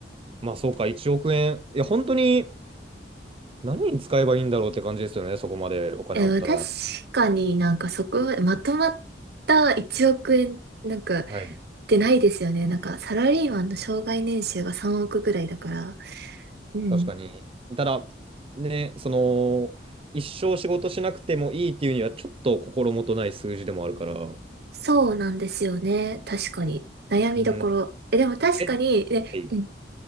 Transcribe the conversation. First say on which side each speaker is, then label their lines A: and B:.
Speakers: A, on the right (about 30°); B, on the right (about 60°).
A: まあそうか、1億円。いや、本当に何に使えばいいんだろうって感じですよね、そこまでお金あったら。
B: え、確かになんかそこ、までまとまった1億円、なんか、っ
A: はい。
B: てないですよね。なんか、サラリーマンの生涯年収が3億ぐらいだから。うん。
A: 確かに。ただ、ね、その、一生仕事しなくてもいいっていうには、ちょっと心もとない数字でもあるから、
B: そうなんですよね。確かに。悩みどころ。
A: うん、
B: え、でも確かに、
A: え、
B: ね、
A: はい、
B: うん。